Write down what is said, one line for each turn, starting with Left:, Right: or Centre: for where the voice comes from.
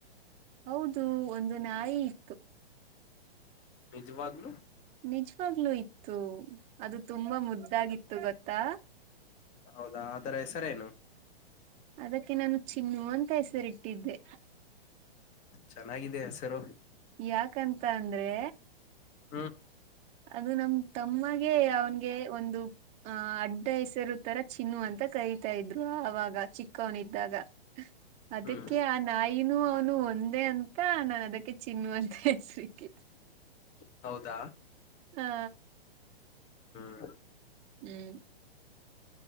Right: ಹೌದು ಒಂದು ನಾಯಿ ಇತ್ತು.
Left: ನೀಜು ಆಗಲು
Right: ನಿಜವಾಗ್ಲೂ ಇತ್ತು ಅದು ತುಂಬಾ ಮುದ್ದಾಗಿತ್ತು ಗೊತ್ತ ತ್ತ
Left: ಹೌದಾ ಅದರ ಹೆಸರೇನು.
Right: ಅದಕ್ಕೆ ನಾನು ಚಿನ್ನು ಅಂತ ಹೆಸರಿಟ್ಟಿದ್ದೆ.
Left: ಚೆನ್ನಾಗಿದೆ ಹೆಸರು
Right: ಯಾಕಂತ ಅಂದ್ರೆ
Left: ಹ.
Right: ಅದು ನಮ ತಮ್ಮಗೆ ಅವ್ನ್ಗೆ ಒಂದು ಆಹ ಅಡ್ಡ ಹೆಸರು ತರ ಚಿನ್ನು ಅಂತ ಕರಿತಾ ಇದ್ರು ಆಗ ಚಿಕ್ಕವನ್ದಾಗ ಅದಕ್ಕೆ
Left: ಹ್ಮ್
Right: ಆ ನಾಯಿ ನೀನು ಅವನು ಒಂದೇ ಅಂತ ನಾನ ಅದಕ್ಕೆ ಚಿನ್ನು ಅಂತ ಹೆಸ ಸಿಕ್ಕಿದ.
Left: <inaudible> ಹೌದಾ.
Right: ಹಾ
Left: ಹ.
Right: ಹ್ಮ್.